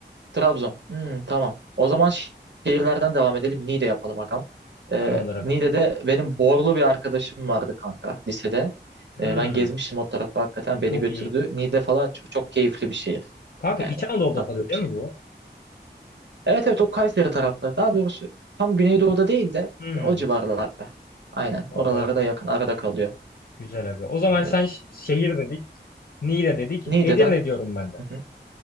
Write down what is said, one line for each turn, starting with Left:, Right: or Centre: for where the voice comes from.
Right: Trabzon. Hmm, tamam. O zaman şi- şehirlerden devam edelim. Niğde yapalım agam. Ee,
Left: Tamamlar
Right: Niğde'de
Left: aga.
Right: benim Borlu bir arkadaşım vardı kanka lisede.
Left: Hmm,
Right: Ee, ben gezmiştim o tarafa hakikaten beni
Left: çok
Right: götürdü.
Left: iyi.
Right: Niğde falan çok, çok keyifli bir şehir.
Left: Kanka
Right: Yani
Left: İç Anadolu'da
Right: çok tatlı
Left: kalıyor değil
Right: bir şehir.
Left: mi bu?
Right: Evet evet o Kayseri tarafları. Daha doğrusu tam Güneydoğu'da değil de
Left: Hmm,
Right: e, o civarlarda. Aynen
Left: vallahi
Right: oralara da yakın arada kalıyor.
Left: güzel abi. O zaman
Right: Ee,
Left: sen ş- şehir dedik. Niğde dedik.
Right: Niğde'den
Left: Edirne diyorum ben de.
Right: Hı hı.